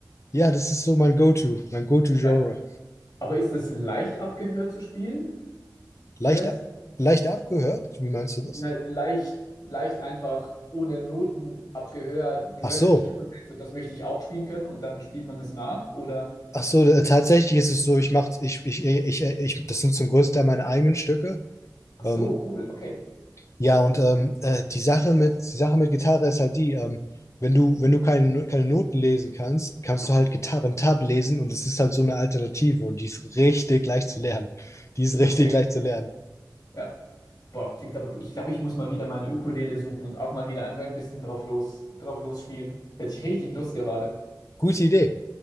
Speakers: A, on the left (about 40°); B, on the left (about 60°).
A: ja, das ist so mein Go-To, mein Go-To-Genre.
B: Ja. Aber ist das leicht abgehört zu spielen?
A: Leicht,
B: Jazz?
A: ab- leicht abgehört? Wie meinst du das?
B: Nein, leicht, leicht einfach ohne Noten abgehör. Du
A: Ach
B: hörst
A: so.
B: ein Stück und denkst, so, das möchte ich auch spielen können und dann spielt man es nach. Oder,
A: Ach so, äh, tatsächlich ist es so, ich mache, ich, ich, ich, ich, ich, das sind zum größten Teil meine eigenen Stücke.
B: ach
A: Ähm,
B: so, cool, okay.
A: Ja, und ähm, äh, die Sache mit, die Sache mit Gitarre ist halt die, ähm, wenn du, wenn du keine, No-, keine Noten lesen kannst, kannst du halt Gitarren-Tab lesen und es ist halt so eine Alternative und die ist richtig leicht zu lernen. Die ist richtig
B: Okay,
A: leicht zu lernen.
B: ja. Boah, klingt aber cool. Ich glaube, ich muss mal wieder meine Ukulele suchen und auch mal wieder einfach ein bisschen drauf los, drauf losspielen. Hätte ich richtig Lust gerade.
A: Gute Idee.